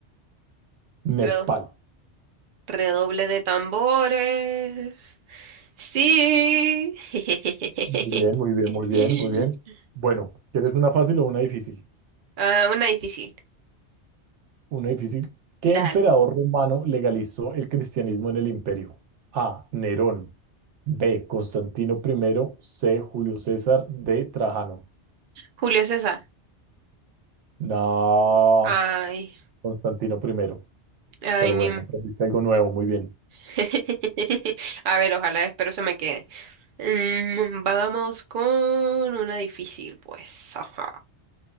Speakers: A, on the right (about 85°); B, on the right (about 55°).
A: Nepal.
B: Redo- Redoble de tambores. Sí. <laughs>
A: Muy bien, muy bien, muy bien, muy bien. Bueno, ¿quieres una fácil o una difícil?
B: Ah, una difícil.
A: Una difícil. ¿Qué
B: Dale.
A: emperador romano legalizó el cristianismo en el imperio? A. Nerón. B. Constantino primero C. Julio César. D. Trajano.
B: Julio César.
A: No,
B: Ay,
A: Constantino primero
B: ay,
A: Pero
B: ni...
A: bueno,
B: un-
A: aprendiste algo nuevo, muy bien.
B: <laughs> A ver, ojalá, espero se me quede. Mm, vamos con una difícil, pues. Ajá.